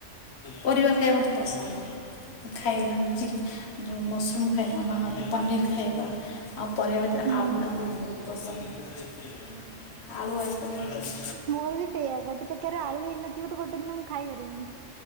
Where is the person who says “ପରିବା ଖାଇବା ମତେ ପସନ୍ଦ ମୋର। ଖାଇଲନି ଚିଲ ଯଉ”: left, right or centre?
Left